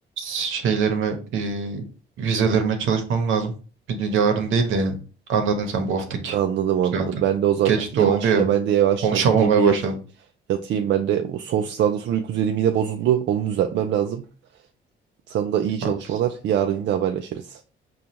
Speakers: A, on the right; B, on the right.
A: şeylerime e, vizelerime çalışmam lazım. Bir de yarın değil de yani anladın sen bu haftaki.
B: Anladım anladım.
A: Zaten
B: Ben de o zaman
A: geç
B: yavaş
A: de oldu ya
B: ya ben de yavaştan
A: konuşamamaya
B: gideyim bir
A: başladım.
B: yat, yatayım. Ben de bu son sınavdan sonra uyku düzenim yine bozuldu. Onu düzeltmem lazım. Sana da iyi çalışmalar.
A: Haklısın.
B: Yarın yine haberleşiriz.